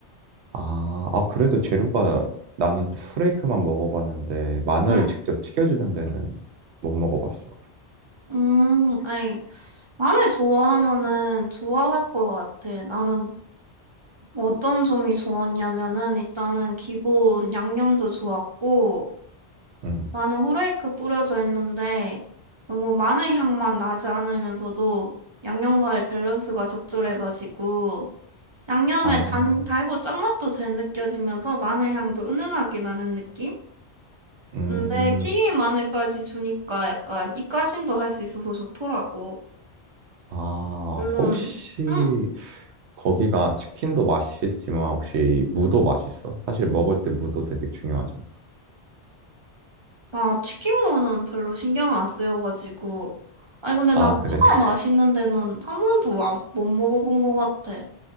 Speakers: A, on the right; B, on the right.
A: 아, 아, 그래도 재료가 나는 후레이크만 먹어봤는데 마늘을
B: 응.
A: 직접 튀겨주는 데는 못 먹어봤어.
B: 음, 아니, 마늘 좋아하면은 좋아할 것 같아. 나는 어떤 점이 좋았냐면은 일단은 기본 양념도 좋았고
A: 음.
B: 마늘 후레이크 뿌려져 있는데 너무 마늘 향만 나지 않으면서도 양념과의 밸런스가 적절해가지고 양념의
A: 아,
B: 단, 달고 짠맛도 잘 느껴지면서 마늘 향도 은은하게 나는 느낌?
A: 음,
B: 근데 튀김 안에까지 주니까 약간 입가심도 할 수 있어서 좋더라고.
A: 아,
B: 물론,
A: 혹시
B: 응.
A: 거기가 치킨도 맛있지만 혹시 무도 맛있어? 사실 먹을 때 무도 되게 중요하잖아.
B: 나 치킨무는 별로 신경 안 쓰여가지고. 아니, 근데 나
A: 아,
B: 무가
A: 그래? <laughs>
B: 맛있는 데는 한 번도 안- 못 먹어본 것 같아.